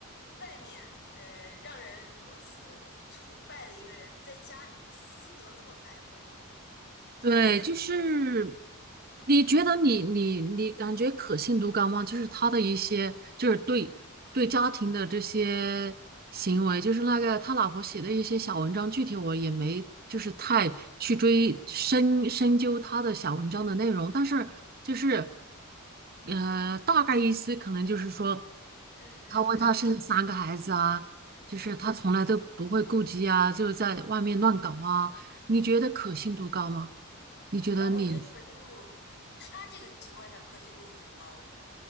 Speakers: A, on the left (about 50°); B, on the right (about 45°).
A: 外面呃让人如此崇拜的一个人，在家里面私德那么败坏，
B: 对，
A: 真的是不可接受。
B: 就是你觉得你你你感觉可信度高吗？就是他的一些，就是对对家庭的这些行为，就是那个他老婆写的一些小文章，具体我也没就是太去追深深究他的小文章的内容，但是就是呃，大概意思可能就是说。
A: 嗯嗯，
B: 他为他生了三个孩子啊，
A: 他嗯哼
B: 就是他从来都不会顾及啊，就是在外面乱搞啊，你觉得可信度高吗？
A: 嗯哼，
B: 你觉得你，
A: 哎，我觉得可信度，他这个情况下可信度是挺高的，